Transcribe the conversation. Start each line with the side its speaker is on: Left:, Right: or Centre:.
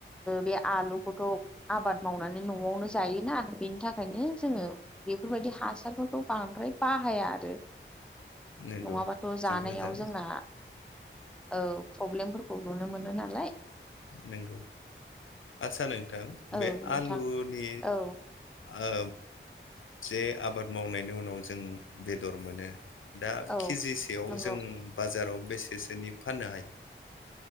Centre: बे आलुखौथ' आबाद मावनानै न'वावनो जायोना। बेनि थाखायनो जोङो बेफोरबायदि हासारफोरखौ बांद्राय बाहाया आरो।
Left: नंगौ
Centre: नङाबाथ' जानायाव
Left: जोबोद मोजां
Centre: जोंना औ। प्रब्लेमफोरखौ नुनो मोनो नालाय।
Left: नंगौ आदसा नोंथां
Centre: औ
Left: बे
Centre: नोंथां
Left: आलुनि।
Centre: औ
Left: ओ जे आबाद मावनायनि उनाव जों बेदर मोनो। दा
Centre: औ
Left: केजिसेयाव
Centre: नंगौ
Left: जों बाजाराव बेसेसोनि फाननो हायो।